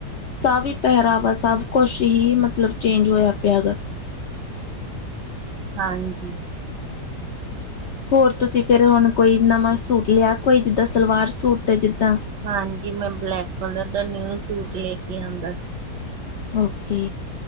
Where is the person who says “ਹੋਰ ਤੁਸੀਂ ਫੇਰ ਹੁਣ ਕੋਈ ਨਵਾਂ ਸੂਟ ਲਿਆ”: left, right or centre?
Left